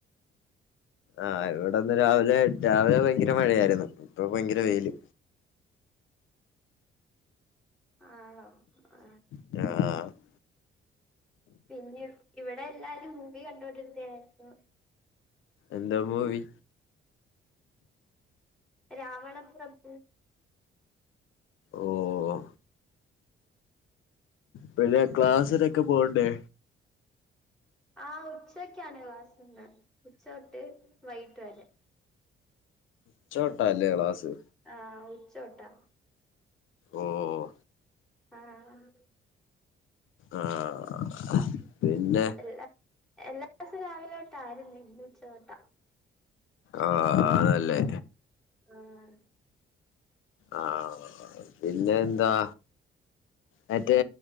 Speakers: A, on the left; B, in the centre.
A: ആഹ് ഇവിടെന്ന് രാവിലെ രാവിലെ ഭയങ്കര മഴയായിരുന്നു ഇപ്പൊ ഭയങ്കര വെയില്
B: ആണോ? ആ
A: ആഹ് ആ
B: പിന്നെ ഇവിടെ എല്ലാരും മൂവി കണ്ടോണ്ടിരിക്കയായിരുന്നു
A: എന്തോ മൂവി?
B: രാവണപ്രഭു
A: ഓഹ് പിന്നെ
B: ആ
A: ക്ലാസിനൊക്കെ പോവണ്ടേ
B: ആഹ് ഉച്ചെയ്ക്കാണ് ക്ലാസ്സ്‌ള്ളെ ഉച്ചതൊട്ട് വൈകിട്ട് വെരെ
A: ഉച്ച തൊട്ടാ അല്ലെയോ ക്ലാസ്സ്‌?
B: ആഹ് ഉച്ച തൊട്ടാ
A: ഓഹ്
B: ആഹ്
A: ആഹ് പിന്നെ
B: എല്ലാ എല്ലാ ദിസം രാവിലെ തൊട്ടായിര്ന്നേ ഇന്ന് ഉച്ച തൊട്ടാ
A: ആഹ് അതേല്ലേ
B: ആഹ്
A: ആഹ് പിന്നെ എന്താ മറ്റേ